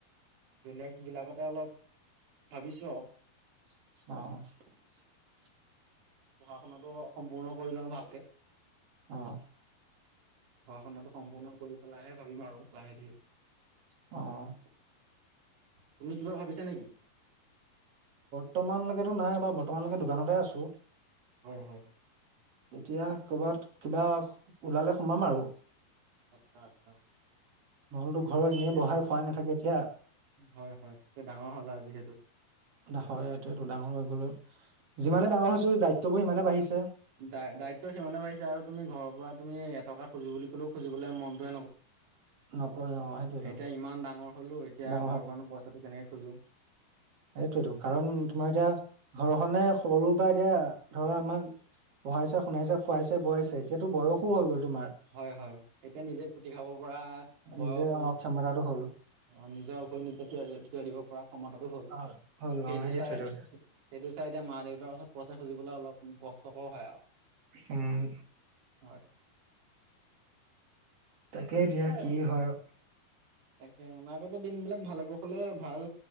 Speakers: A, on the right (about 80°); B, on the right (about 40°).
A: বেলেগ বিলাকতে অলপ ভাবিছো আৰু
B: অ'।
A: পঢ়া শুনাটো সম্পূৰ্ণ কৰিলোঁ ভালকে।
B: অ'।
A: পঢ়া-শুনাটো সম্পূৰ্ণ কৰি পেলাইহে ভাবিম আৰু লাহে ধীৰে।
B: অ'।
A: তুমি কিবা ভাবিছা নেকি?
B: বৰ্তমানলৈকেটো নাই বাৰু বৰ্তমানলৈকে দোকানতে আছোঁ।
A: হয়, হয়।
B: তেতিয়া ক'ৰবাত কিবা ওলালে সোমাম আৰু।
A: আচ্ছা, আচ্ছা।
B: নহ'লেতো ঘৰৰ এনেই
A: এতিয়া
B: বহাই খোৱাই নাথাকে এতিয়া
A: হয়, হয় এয়া ডাঙৰ হ'ল আৰু যিহেতু।
B: হয়, এইটো এইটো ডাঙৰ হৈ গ'লো যিমানে ডাঙৰ হৈছো দায়িত্ববোৰ সিমানেই বাঢ়িছে।
A: দা-দায়িত্ব সিমানে বাঢ়িছে আৰু তুমি ঘৰৰ পৰা তুমি এটকা খুজি বুলি ক'লেও খুজিবলৈ মন <unintelligible>
B: নকয় অ সেইটোৱেতো
A: এতিয়া ইমান ডাঙৰ হ'লো এতিয়া
B: ডাঙৰ
A: ঘৰৰ পৰানো পইচাটো কেনেকে খোজো।
B: সেইটোৱেটো কাৰণ তোমাৰ এতিয়া ঘৰখনে সৰু বা এতিয়া ধৰা আমাক পঢ়াইছে, শুনাইছে, খোৱাইছে, বোৱাইছে, এতিয়াটো বয়সো
A: অ'।
B: হৈ গ'ল তোমাৰ।
A: হয়, হয়, এতিয়া নিজে খুঁটি খাব পৰা বয়স
B: নিজে
A: হ'ল।
B: অ ক্ষমতাটো হ'ল।
A: অ', নিজৰ ভৰি নিজে থিয় থিয় দিব পৰা ক্ষমতাটো হ'ল।
B: অ হ'ল
A: সেইটো
B: অ সেইটোৱেতো
A: চাই, সেইটো চাই এতিয়া মা-দেউতাৰ ওচৰত পইচা খুজিবলৈ অলপ কষ্টকৰ হয় আৰু।
B: উম।
A: হয়।
B: তাকে এতিয়া
A: সেয়াই
B: কি
A: আৰু
B: হয়।
A: তাকে অনাগত দিনবিলাক ভালকৈ কুশলে ভাল